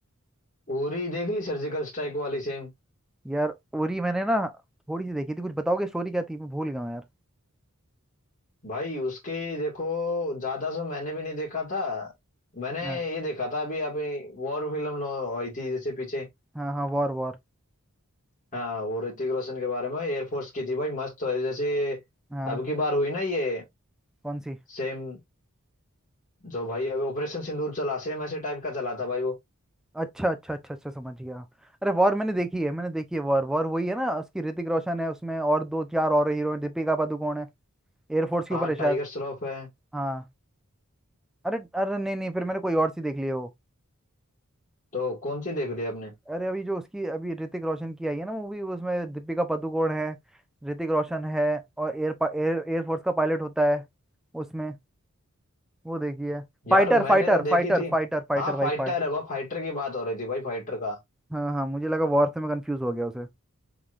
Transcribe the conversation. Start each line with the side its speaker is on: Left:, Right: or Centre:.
Left: उरी देख ली सर्जिकल स्ट्राइक वाली सेम
Centre: यार उरी मैंने ना थोड़ी सी देखी थी कुछ बताओगे स्टोरी क्या थी मैं भूल गया हूँ यार
Left: भाई उसके देखो ज्यादा सो मैंने भी नहीं देखा था मैंने
Centre: हाँ
Left: ये देखा था अभी अभी वॉर फिल्म लो- आई थी जैसे पीछे
Centre: हाँ हाँ वॉर वॉर
Left: हाँ वो ऋतिक रोशन के बारे में एयरफोर्स की थी भाई मस्त है जैसे
Centre: हाँ
Left: अब की बार हुई ना ये
Centre: कौन सी
Left: सेम जो भाई अभी ऑपरेशन सिंदूर चला सेम ऐसे टाइप का चला था भाई वो
Centre: अच्छा अच्छा अच्छा अच्छा समझ गया अरे वॉर मैंने देखी है मैंने देखी है वॉर वॉर वही है ना उसकी ऋतिक रोशन है उसमें और दो चार और हीरो हैं दीपिका पादुकोण है एयरफोर्स के
Left: हाँ
Centre: ऊपर है शायद
Left: टाइगर श्रॉफ है
Centre: हाँ अरे अरे नहीं नहीं फिर मैंने कोई और सी देख ली है वो
Left: तो कौन सी देख ली आपने
Centre: अरे अभी जो उसकी अभी ऋतिक रोशन की आई है ना मूवी उसमें दीपिका पादुकोण है ऋतिक रोशन है और एयर एयर एयरफोर्स का पायलट होता है उसमें वो देखी है
Left: यार
Centre: Fighter
Left: मैंने
Centre: fighter
Left: तो देखी
Centre: fighter
Left: थी
Centre: fighter fighter
Left: हाँ
Centre: भाई
Left: फाइटर
Centre: फाइट
Left: है वह फाइटर की बात हो रही थी भाई फाइटर का
Centre: हाँ हाँ मुझे लगा वॉर से मैं कंफ्यूज हो गया उसे